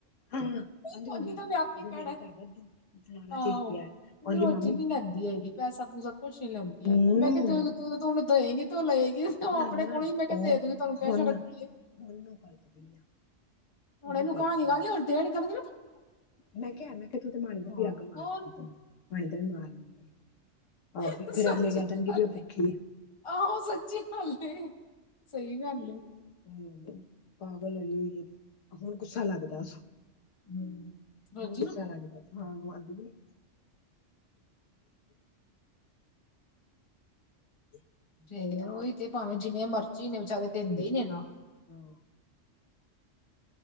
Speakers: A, on the left (about 85°); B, on the left (about 25°).
A: ਹਾਂ ਆਂਦੀ
B: ਅਗੇ
A: ਹੁੰਦੀ
B: ਤੋ
A: ਹੈ
B: ਉਹਨੇ ਆਪੇ ਹੀ
A: ਵੀ
B: ਕਹਿਣਾ
A: ਮੇਰੇ ਘਰ ਵਾਧੂ ਫਲਾਣਾ
B: ਆਹੋ
A: ਚੀਜ਼ ਪਿਆ ਉਹਦੀ
B: ਰੋਜ਼ੀ
A: ਮਾਮੀ
B: ਨੀ ਲੈਂਦੀ ਹੈਗੀ। ਪੈਸਾ ਪੂਸਾ ਕੁੱਛ ਨਹੀਂ ਲੈਦੀ
A: ਹੂੰ
B: ਹੈਗੀ ਮੈਂ ਕਿਹਾ ਜੇ ਤੂੰ ਦਵੇਗੀ ਤੇ ਉਹ ਲਏਗੀ।
A: ਨਾ
B: ਆਪਣੇ
A: ਨਾ
B: ਕੋਲ ਹੀ ਮੈਂ ਕਿਹਾ
A: ਉਹ
B: ਦੇ ਦੂਗੀ ਤੁਹਾਨੂੰ
A: ਹੁਣ
B: ਕਹਿ ਛਡਏ
A: ਉਹਨੂੰ ਕਲਪਦੀ ਆ
B: ਹੁਣ
A: ਉਹਨੂੰ
B: ਇਹਨੂੰ
A: ਕਲਪਦੀ
B: ਕਹਾਣੀ ਕਣੀ
A: ਆ
B: ਹੁਣ ਤੇ ਕਰਨ
A: ਮੈਂ ਕਿਹਾ ਮੈਂ ਕਿਹਾ ਤੂੰ ਤੇ ਮਾਣੀ
B: ਹਾਂ
A: ਦਾ ਵੀ ਅੱਗ ਮਾਰਦੀ
B: ਹੋਰ
A: ਪਈਦੀ ਮਾਣੀ ਦਾ ਵੀ ਮਾਰਨੇ ਆਹ
B: ਸੱਚੀ
A: ਫ ਫੇਰ ਅਗਲੇ ਕਹਿ ਦੇਣਗੇ
B: ਗੱਲ
A: ਵੀ ਉਹ ਭੁੱਖੀ ਏ।
B: ਆਹੋ ਸੱਚੀ ਗੱਲ ਸਹੀ ਗੱਲ ਏ
A: ਹੋਰ ਪਾਗਲਨੀ ਹੁਣ ਗੁੱਸਾ ਲੱਗਦਾ।
B: ਹੂੰ। ਰੋਜੀ
A: ਹੁਣ ਗੁੱਸਾ
B: ਨਾ
A: ਲੱਗਦਾ ਹਾਂ ਆਦੀ <unintelligible>
B: ਫੇਰ ਉਹੀ ਤੇ ਭਾਵੇਂ ਜਿਵੇਂ ਮਰਜ਼ੀ ਨੇ ਵਿਚਾਰੇ ਦਿੰਦੇ ਹੀ ਨੇ ਨਾ।
A: ਹਾਂ।